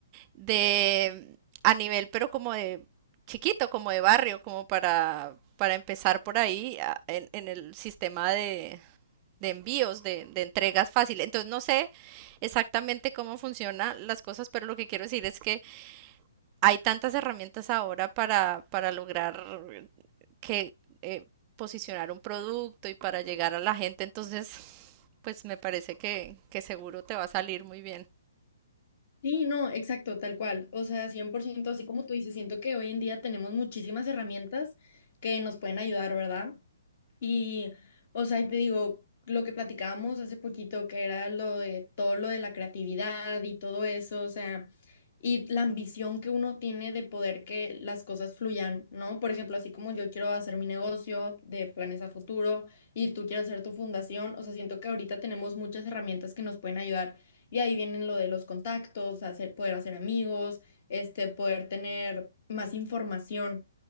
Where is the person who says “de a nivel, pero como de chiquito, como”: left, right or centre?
Right